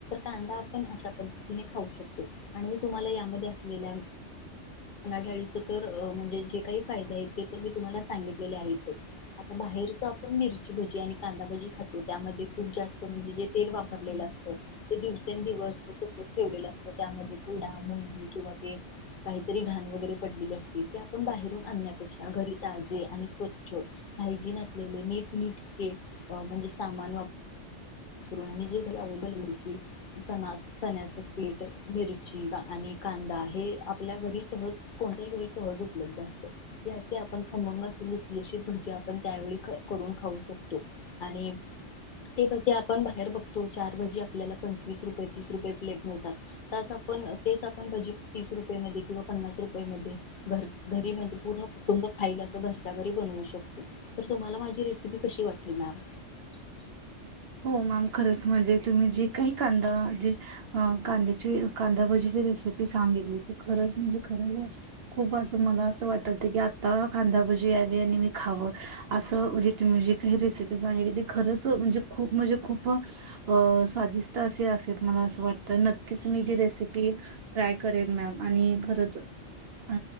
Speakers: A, on the left (about 55°); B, on the right (about 65°).
A: कांदा आपण अशा पद्तीने खाऊ शकतो आणि मी तुम्हाला यामध्ये असलेल्या डाळीच तर म्हणजे जे काही फाये आहे ते तर मी तुम्हाला सांगितलेले आहेतच आता बाहेर ज आपण मिरची भजी आणि कांदा भजी खातो त्यामध्ये खूप जात म्हणजे जे तेल वापरलेलं असत ते दिवसेंदिवस तसच ठेवलेलं असतं त्यामध्ये डा मुंगी किंवा ते काहीतरी घाण वगैरे पडलेले असते ते आपण बाहेरून आणण्यापेक्षा घरी ताजे आणि स्वच्छ हायजीन असलेले नीट नीटके म्हणजे सामान वापर ण निजे घरी आव्हेलेबल आहे की चणा चण्याच पीठ मिरची आणि कांदा हे आपल्या घरी सहज कोणत्याही घरी सहज उपलब्ध आहे. आपण खमंग असे लुसलुशीत भजी आपण त्यावेळी करून खाऊ शकतो आणि
B: ह <unintelligible>
A: ते पाजे आपण बाहेर बघतो चार भजी आपल्याला पंचवीस रुपये तीस रुपयेत प्लेट मिळतात ताच आपण तेच आपण भजी तीस रुपये मध्ये किंवा पन्नास रुपये मध्ये घ घरी म्हणजे पूर्ण कुटुंब खाईल असं घरच्या घरी बनवू शकतो तर तुम्हाला माझी रेसिपी कशी वाटलि मॅम.
B: <inaudible> हो मॅम खरंच म्हणजे तुम्ही जे काही कांदा जे कांद्याची कांदाभजीची रेस सांगितली ती खरंच म्हणजे खरंच खूप आस मला आस वाटवतय की आता कांदा भाजी व्हे आणि मी खावं आस मजे तुमी जे की ही रेसीपी सांगितलि ते खरंच अ म्हणजे खूप म्हणजे खूप स्वादिष्ट असे असेल मला असं वाटतं नक्कीच मी ती रेसिपी ट्राय करेल मॅम आणि खरच अ